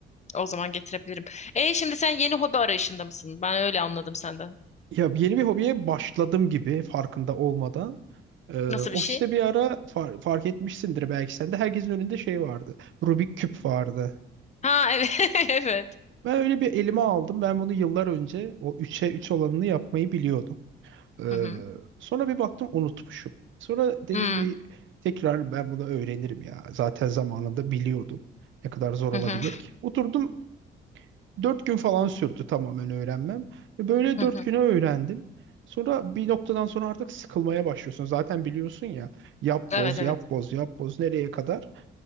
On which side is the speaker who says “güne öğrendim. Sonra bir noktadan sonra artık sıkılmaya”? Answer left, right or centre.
Right